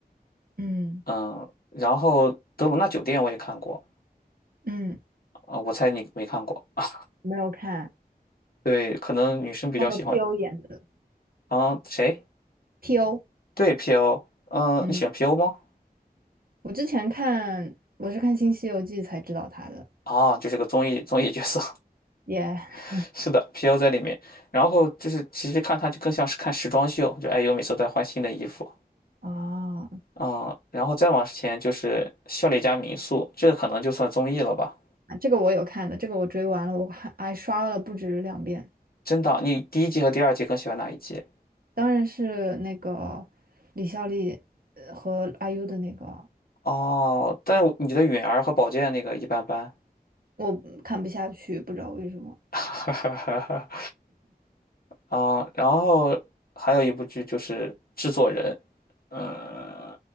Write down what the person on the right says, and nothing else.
嗯
嗯，
没有看
他和 P.O 演的
P.O。
嗯，
我之前看我是看《新西游记》才知道他的。
也
啊
<laughs>，这个我有看的，这个我追完了，我还还刷了不止两遍。
当然是那个李孝利呃和 IU 的那个，
我看不下去，不知道为什么。